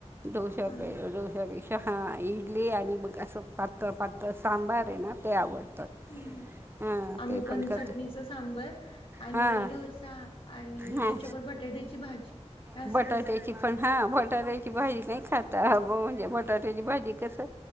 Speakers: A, on the right; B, on the left.
A: डोश
B: हा ना
A: डोश्यापेक्षा हा इडली आणि मग असं पात्तळ पातळ सांबर आहे ना ते आवडतं.
B: हम्म हम्म
A: हां
B: आम्ही
A: ते
B: पण चटणीच
A: कर
B: सांबर आणि
A: हां
B: डोसा आणि
A: हां
B: त्याच्या वर बटाट्याची भाजी असं
A: बटाट्याची
B: करतो.
A: पण हा बटाट्याची भाजी नाही खात हं म्हणजे बटाट्याची भाजी कसं